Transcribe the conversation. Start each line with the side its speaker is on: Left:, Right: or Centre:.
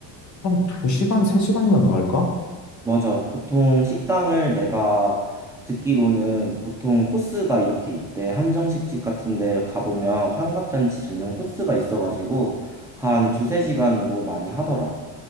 Left: 한 2시간, 3시간이면 나을까?
Centre: 맞아. 보통 식당을 내가 듣기로는 보통 코스가 이렇게 있대. 한정식집 같은 데 가보면 환갑잔치 전용 코스가 있어가지고 한 두세 시간으로 많이 하더라.